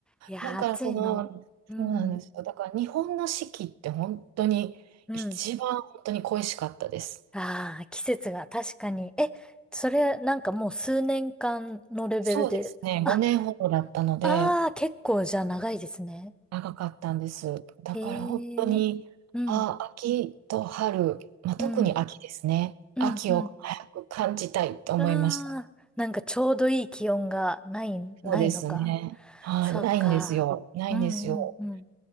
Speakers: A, in the centre; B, on the right.
A: いやー、
B: だからその、
A: 暑いの。うん。
B: そうなんですよ。だから日本の四季って本当に一番本当に恋しかったです。
A: うん。ああ、季節が確かに。え、それ、なんかもう数年間のレベルで。
B: そうですね、
A: あ、
B: 5年ほどだったので
A: ああ、結構じゃあ長いですね。
B: 長かったんです。だから本当に、
A: へえ。うん。
B: あ、秋と春、まあ、
A: うん。
B: 特に秋ですね。
A: うん。
B: 秋を早く感じたいと思いました。
A: うん。ああ、なんかちょうどいい気温がない、ないのか。
B: そうですね。はい、
A: そうか。
B: ないんですよ。ないんですよ。
A: うんうんうん。